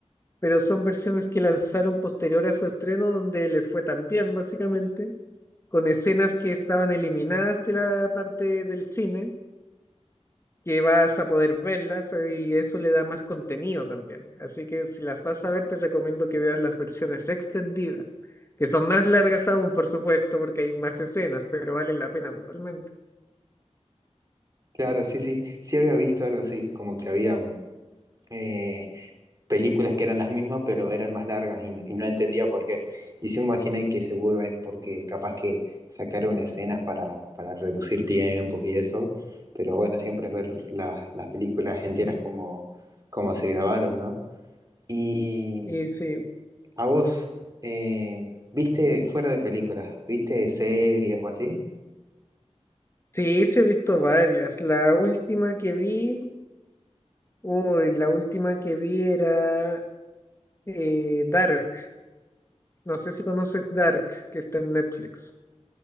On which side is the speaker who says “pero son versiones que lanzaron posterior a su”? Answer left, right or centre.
Left